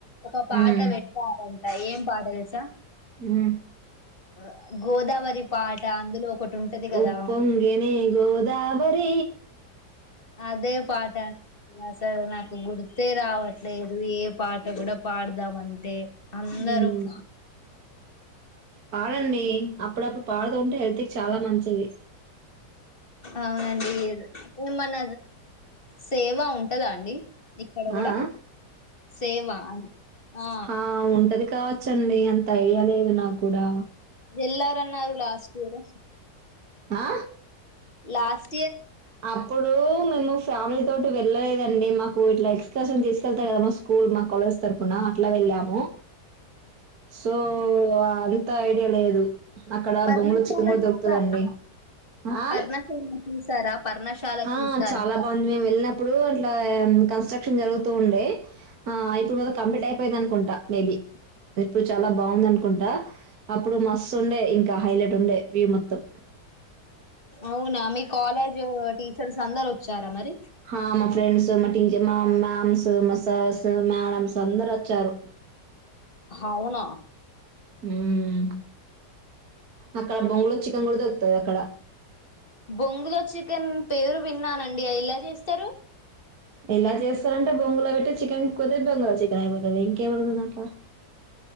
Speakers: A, on the left; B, on the right.
A: ఒక పాట
B: హ్మ్
A: పెట్టారని ఏం పాట తెలుసా
B: హు
A: అ గోదావరి పాట అందులో ఒకటి ఉంటది కదా
B: ఉప్పొంగనే గోదావరి రి
A: అదే పాట అండ్ స్ సలు నాకు గుర్తే రావట్లేదు ఏ పాట కూడా పాడదామంటే అందరూ
B: హ్మ్
A: <inaudible>
B: పాడండి అప్పుడప్పుడు పాడుతూ ఉంటే హెల్త్ కి చాలా మంచిది
A: అవునండి మన సేవ ఉంటదా అండి ఇక్కడ కూడా
B: ఆ ఆ
A: సేవా ఆ
B: హా ఉంటది కావచ్చండి అంత ఐడియా లేదు నాకు కూడా
A: వెళ్ళారన్నారు లాస్ట్ ఇయర్
B: ఆ
A: లాస్
B: అప్పుడు మేము ఫ్యామిలీ తోటి వెళ్ళలేదండి. మాకు ఇట్లా ఎక్స్కర్షన్ తీసుకెళ్తారు కదా. మా స్కూల్ మా కాలేజ్ తరఫన అట్లా వెళ్ళాము. సో
A: ఆ,
B: అంత అయి ఐడియా లేదు అక్కడ
A: పర్ణశాల
B: బోన్లెస్ చికెన్ కూడా
A: చూసారా
B: దొరుకుతాదండి ఆ
A: పర్ణశాల చూసారా పర్ణశాల
B: ఆ
A: చూసారా
B: చాలా బాగుంది మేము వెళ్ళినప్పుడు అట్లా కాస్త కన్స్ట్రక్షన్ జరుగుతూ ఉండే ఆ ఇప్పుడు వరకు కంప్లీట్ అయిపోయింది అనుకుంటా మేబీ ఇప్పు చాలా బాగుంది అనుకుంటా అప్పుడు మస్సు ఉండే ఇంకా హైలైట్ ఉండే వ్యూ మొత్తం
A: అవునా మీ కాలేజ్ టీ తెలుసా అందరూ వచ్చారా మరి
B: హా మా ఫ్రెండ్స్ మా టి డి మా మామ్స్ మా సర్స్ మేడమ్స్ అందరు వచ్చారు
A: అవున
B: ఉ అక్కడ బొంగులో చికెన్ కూడా దొరుకుతాది అక్కడ
A: బొంగులో చికెన్ పేరు విన్నా అన్ అండి ఎలా చేస్తారు
B: ఎలా చేస్తారంటే బొంగులో పెట్టి చికెన్ కొది బొంగులో చికెన్ అయిపోతుంది ఇంకేముంది దాంట్లో